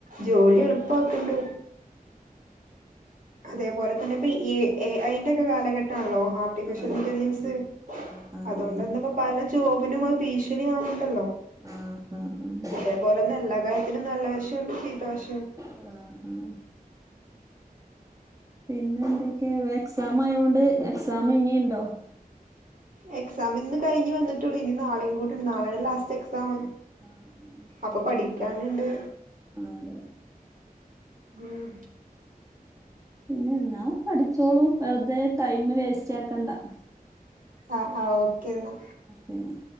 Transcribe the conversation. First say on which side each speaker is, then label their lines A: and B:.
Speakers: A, on the right; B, on the right.
A: ജോലി എളുപ്പക്കുന്നു. തേപോലെ തന്നിപ്പ ഈ ഏ ഐ കെ കാലഘട്ടാണല്ലോ ഹാട്ടിഫിഷ്യൽ
B: ആഹ്
A: ഇന്റലിജൻസ്
B: ആഹ് ആഹ്
A: അതോണ്ടെന്നിപ്പൊ പല ജോബിനുമത് ഭീഷണിയാവുണ്ടല്ലോ
B: ആഹ് ആഹ് ആഹ്
A: അതേ പോലെന്നെല്ലാ കാ നല്ല വശോണ്ട് ചീത്ത വാശോ
B: ആഹ് ആഹ് ആഹ് പിന്നെ എന്തൊക്കെയാ വാക്‌സ് എക്സാം ആയോണ്ട് എക്സാം ഇനി ഇണ്ടോ
A: എക്സാം ഇന്ന് കഴിഞ്ഞ് വന്നിട്ടുള്ളു ഇനി നാളെകൂടി ണ്ട് നാളെയാണ് ലാസ്റ്റ് എക്സാം
B: ആഹ്
A: അപ്പൊ പഠിക്കാനിണ്ട്.
B: ആഹ് തെ
A: ഉം
B: പിന്നെ എന്നാ പഠിച്ചോളൂ വെറുതെ ടൈം വേസ്റ്റ് ആ ക്കണ്ട.
A: ആഹ് ആഹ് ഓക്കേ ന്നാ
B: പിന്നെ